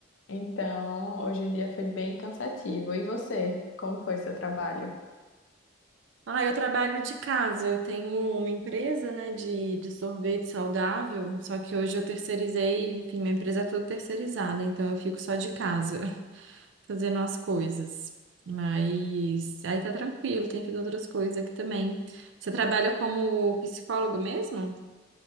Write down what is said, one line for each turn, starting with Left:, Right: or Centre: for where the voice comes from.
Left: então hoje o dia foi bem cansativo. E você, como foi seu trabalho?
Right: Ah, eu trabalho de casa. Eu tenho uma empresa, né, de, de sorvete saudável. Só que hoje eu terceirizei, enfim, minha empresa é toda terceirizada, então eu fico só de casa, <laughs> fazendo as coisas. Mas aí tá tranquilo, tem feito outras coisas aqui também. Você trabalha como psicólogo mesmo?